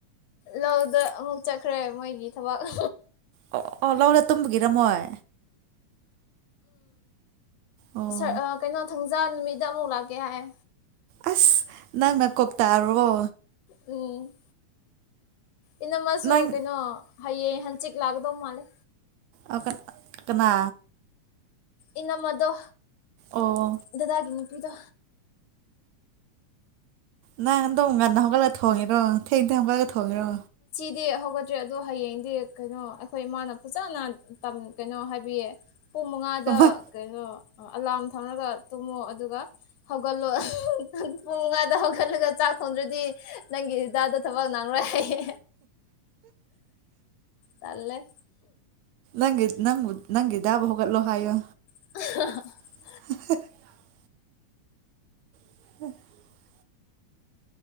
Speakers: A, on the left (about 80°); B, on the right (about 75°).
A: ꯂꯧꯗ ꯑꯃꯨꯛ ꯆꯠꯈ꯭ꯔꯦ ꯃꯣꯏꯒꯤ ꯊꯕꯛ <unintelligible>
B: ꯑꯣ ꯑꯣ ꯂꯧꯗ ꯇꯨꯝꯕꯒꯤꯔ ꯃꯣꯏ ꯑꯣ
A: ꯁꯔ ꯑ ꯀꯩꯅꯣ ꯊꯥꯡꯖ ꯅꯨꯃꯤꯠꯗ ꯑꯃꯨꯛ ꯂꯥꯛꯀꯦ ꯍꯥꯏꯌꯦ
B: ꯑꯁ ꯅꯪ ꯅ ꯀꯨꯛ ꯇꯥꯔꯕꯣ
A: ꯎꯝ ꯏꯅꯝꯃꯁꯨꯨ
B: ꯅꯪ
A: ꯀꯩꯅꯣ ꯍꯌꯦꯡ ꯍꯡꯆꯤꯛ ꯂꯥꯛꯀꯗꯧꯕ ꯃꯥꯂꯦ
B: ꯑ ꯀ ꯀꯅꯥ
A: ꯏꯅꯝꯃꯗꯣ
B: ꯑꯣ
A: ꯗꯗꯥꯒꯤ ꯅꯨꯄꯤꯗꯣ
B: ꯅꯪ ꯑꯗꯨꯝ ꯉꯟꯅ ꯍꯧꯒꯠꯂ ꯊꯣꯡꯉꯤꯔꯣ ꯊꯦꯡ ꯊꯦꯡ ꯍꯧꯒꯠꯂꯒ ꯊꯣꯡꯉꯤꯔꯣ
A: ꯗꯤ ꯍꯧꯒꯠꯇ꯭ꯔꯦ ꯑꯗꯣ ꯍꯌꯦꯡꯗꯤ ꯀꯩꯅꯣ ꯑꯩꯈꯣꯏ ꯏꯃꯥꯅ ꯐꯖꯅ <unintelligible> ꯀꯩꯅꯣ ꯍꯥꯏꯕꯤꯌꯦ ꯄꯨꯡ ꯃꯉꯥꯗ
B: ꯀꯃꯥꯏ
A: ꯀꯩꯅꯣ ꯑꯂꯥꯔꯝ ꯊꯝꯔꯒ ꯇꯨꯝꯃꯣ ꯑꯗꯨꯒ ꯍꯧꯒꯠꯂꯣ ꯄꯨꯡ ꯃꯉꯥꯗ ꯍꯧꯒꯠꯂꯒ ꯆꯥꯛ ꯊꯣꯡꯗ꯭ꯔꯗꯤ ꯅꯪꯒꯤ ꯗꯗꯥꯗꫭ ꯊꯕꯛ ꯅꯡꯔꯣꯏ ꯍꯥꯏꯌꯦ ꯇꯜꯂꯦ
B: ꯅꯪ ꯅꯪꯕꯨ ꯅꯪꯒꯤ ꯗꯥꯕꯨ ꯍꯧꯒꯠꯂꯣ ꯍꯥꯏꯌꯣ
A: <unintelligible>
B: <inaudible> <unintelligible>